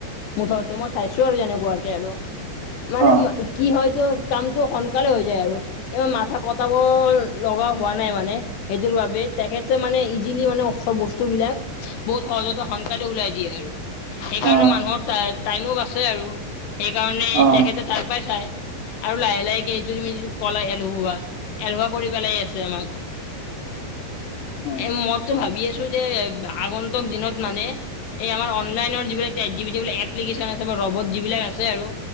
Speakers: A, on the left (about 75°); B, on the right (about 65°).
A: মুঠতে মই চাইছো আৰু যেনেকুৱাকে আৰু মানে
B: অ
A: কি হয়তো- কামতটো সোনকালে হৈ যায় আৰু ইমান মাথা খটাব লগা হোৱা নাই মানে। এইটোৰ বাবে তেখেত- মানে ইজিলি মানে চব বস্তু বিলাক বহুত সহজতে সোনকালে উলাই দিয়ে আৰু সেইকাৰণে
B: অ
A: মানুহৰ টাইমো বাচে আৰু সেইকাৰণে
B: অ
A: তেখেতে তাৰ পৰা চাই- আৰু লাহে লাহে এইটো তুমি যিটো কলা এলেহুৱা এলেহুৱা কৰি পেলাই আছে আমাক- এ মইতো ভাবি আছো যে আগন্তক দিনত মানে এই আমাৰ অনলাইনৰ যিবিলাক চেট জি পি টি বুলি এপ্লিকেশন আছে ৰবট যিবিলাক আছে আৰু-